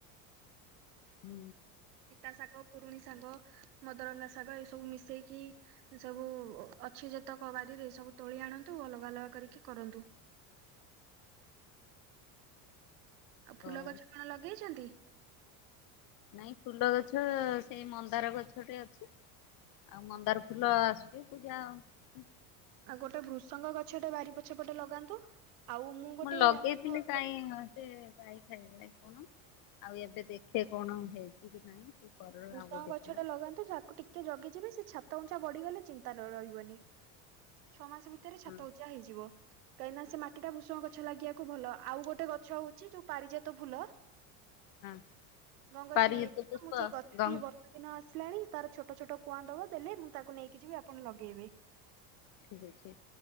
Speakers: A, on the left; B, on the right.
A: ହୁଁ।
B: ପିତା ସାଙ୍ଗ ପୁରୁଣି ସାଙ୍ଗ। ମଦରଙ୍ଗା ଶାଗ ଏ ସବୁ ମିଶେଇକି ସବୁ ଅଛି ଯେତକ ବାାରିରେ ସବୁ ତୋଳିଆ ନ୍ତୁ ଅଲଗା ଅଲଗା କରିକି କରନ୍ତୁ। ଆଉ
A: ହଉ
B: ଫୁଲ ଗଛ କଣ ଲଗେଇଛନ୍ତି?
A: ନାଇଁ ଫୁଲ ଗଛ ସେଇ ମନ୍ଦାର ଗଛଟେ ଅଛି। ଆଉ ମନ୍ଦାର ଫୁଲ ଆସୁଛି ପୂଜା ଆଉ।
B: ଆଉ ଗୋଟେ ଭୃଷଙ୍ଗ ଗଛଟେ ବାରି ପଛ ପଟେ ଲଗାନ୍ତୁ। ଆଉ ଗୋଟେ
A: ମୁଁ ଲଗେଇଥିଲି
B: ଆମର
A: କହିଁ ଯେ ଗାଈ ଖାଇଗଲା କି କଣ ଆଉ ଏବେ ଦେଖେ କଣ ହେଇଛି କି ନାହିଁ। କରର
B: ଭୃଷଙ୍ଗ
A: ଆଉ ଗୋଟେ
B: ଗଛତେ
A: ଥିଲା
B: ଲଗାନ୍ତୁ ତାକୁ ଟିକେ ଜଗିଯିବେ ସେ ଛାତ ଉଞ୍ଚା ବଢିଗଲେ ଚିନ୍ତା ନ ରହିବନି ଛଅ ମାସ ଭିତରେ ଛାତ
A: ହଁ
B: ଉଞ୍ଚା ହେଇଯିବ। କାହିଁକି ନା ସେ ମାଟି ଟା ଭୃଷଙ୍ଗ ଗଛ ଲାଗିବାକୁ ଭଲ ଆଉ ଗୋଟେ ଗଛ ହଉଛି ଯୋଉ ପାରିଜାତ ଫୁଲ।
A: ହଁ
B: ଗଙ୍ଗଶିଉଳି
A: ପାରିତ ପୁଷ୍ପ
B: କ ମୁଁ ସେଇ ଗଛଟି
A: ଗଙ୍ଗ
B: ବର୍ଷା ଦିନ ଆସି ତାର ଛୋଟ ଛୋଟ କୁଆ ଦବ ଦେଲେ ମୁଁ ତାକୁ ନେଇକି ଯିବି ଆପଣ ଲଗେଇବେ।
A: ଠିକ ଅଛି।